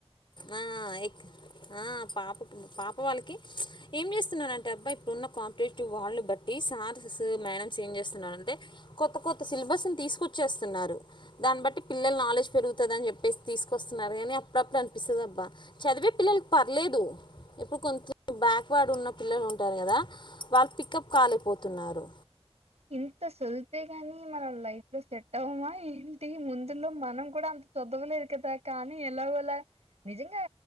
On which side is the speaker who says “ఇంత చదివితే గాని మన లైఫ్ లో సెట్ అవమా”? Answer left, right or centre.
Right